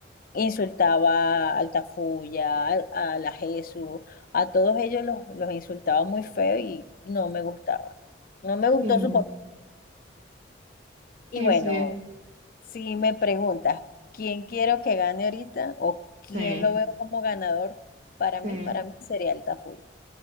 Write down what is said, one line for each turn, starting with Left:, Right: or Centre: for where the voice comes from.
Left: Insultaba al Tafuya, al- a, la Jesús, a todos ellos los, los insultaba muy feo y no me gustaba. No me gustó
Right: sí,
Left: su papá. Y
Right: sí,
Left: bueno,
Right: sí,
Left: si me preguntas quién quiero que gane ahorita o quién
Right: sí,
Left: lo veo como ganador, para
Right: sí.
Left: mí, para mí sería el Tafuya.